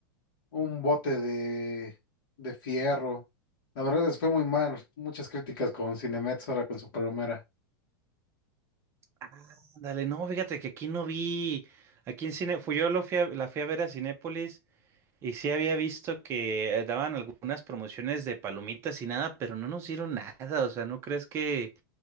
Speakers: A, on the left (about 65°); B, on the right (about 20°).
A: un bote de, de fierro. La verdad les fue muy mal, muchas críticas con Cinemex ahora con su Palomera.
B: Ah, Dale, no, fíjate que aquí no vi. Aquí en Cine, fui yo lo fui a- la fui a ver a Cinépolis Y sí había visto que eh, daban algunas promociones de palomitas y nada, pero no nos dieron nada. O sea, ¿no crees que